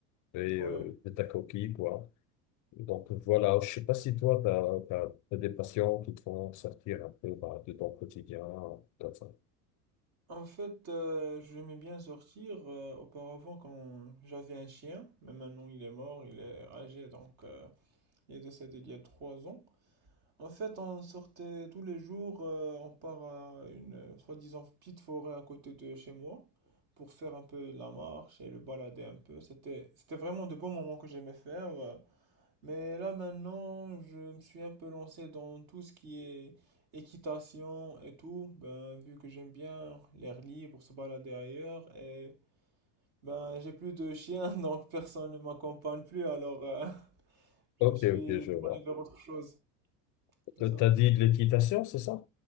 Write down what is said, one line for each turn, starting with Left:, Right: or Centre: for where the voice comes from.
Left: et
Right: ouais.
Left: euh, de ta coquille, quoi. Donc voilà, je sais pas si toi, t'as, t'as, t'as des patients qui te font sortir un peu bah, de ton quotidien, comme ça.
Right: En fait, euh, j'aimais bien sortir euh, auparavant quand j'avais un chien, mais maintenant il est mort, il est âgé, donc euh, il est décédé il y a trois ans. En fait, on sortait tous les jours, euh, on part à une euh, soi-disant petite forêt à côté de chez moi pour faire un peu de la marche et le balader un peu. C'était, c'était vraiment de beaux moments que j'aimais faire. euh, Mais là maintenant, je me suis un peu lancé dans tout ce qui est équitation et tout, ben vu que j'aime bien l'air libre, se balader ailleurs et ben j'ai plus de chien <laughs> donc personne ne m'accompagne plus alors euh, <laughs> je
Left: Ok,
Right: me suis
Left: ok, je
Right: tourné
Left: vois.
Right: vers autre chose, c'est
Left: T-
Right: ça?
Left: T'as dit de l'équitation, c'est ça?